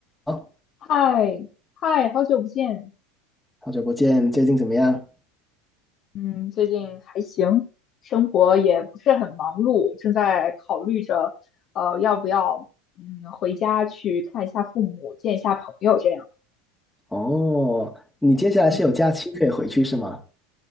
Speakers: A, in the centre; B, on the left.
A: 好，
B: 嗨嗨，好久不见。
A: 好久不见，最近怎么样？
B: 嗯，最近还行，生活也不是很忙碌，正在考虑着，呃，要不要嗯回家去看一下父母，见一下朋友这样。
A: 哦，你接下来是有假期可以回去是吗？
B: 嗯